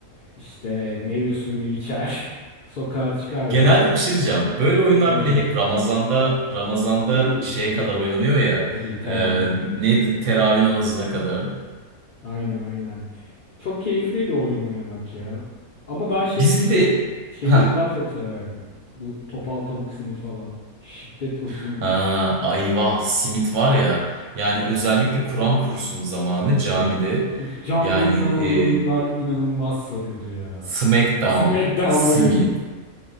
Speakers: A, on the left; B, on the right.
A: İşte meyve suyunu içer. <laughs> Sokağa çıkar
B: Genelde
A: ve
B: bir şey diyeceğim. Böyle oyunlar
A: oynamaya
B: böyle
A: başlardık.
B: hep Ramazan'da Ramazan'da
A: Tabii
B: şeye
A: tabii.
B: kadar oynanıyor ya.
A: Tabii teravih.
B: E, neydi? Teravih namazına kadar.
A: <laughs> Aynen aynen. Çok keyifliydi o oyunu oynamak ya. Ama ben şey,
B: Biz bir
A: şey
B: de
A: şeyleri
B: ha
A: daha çok severdim. Bu topal tavuk simit falan. Şiddet hoşuma
B: ha
A: gidiyor.
B: ayvah simit var ya. Yani özellikle Kur'an kursu zamanı camide
A: Evet. Uf, camide
B: yani
A: oynanan oynanan oyunlar
B: e,
A: inanılmaz sarıyordu ya.
B: Smackdown,
A: SmackDown
B: simit.
A: evet.